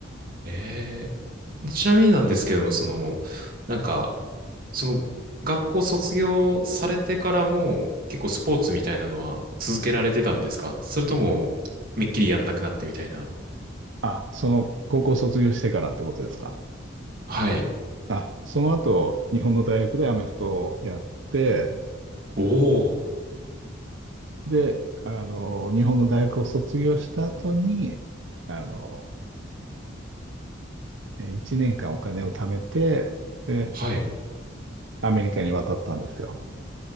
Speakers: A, on the right (about 50°); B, on the right (about 70°).
A: ええ、ちなみになんですけども、その、なんか、その、学校卒業されてからも、結構スポーツみたいなのは続けられてたんですかそれとも、めっきりやんなくなってみたいな。
B: あ、その、高校卒業してからってことですか。
A: はい。
B: あ、その後、日本の大学でアメフトをやって、
A: おお。
B: で、あの、日本の大学を卒業した後に、あの、えー1年間お金を貯めて、で、
A: はい。
B: アメリカに渡ったんですよ。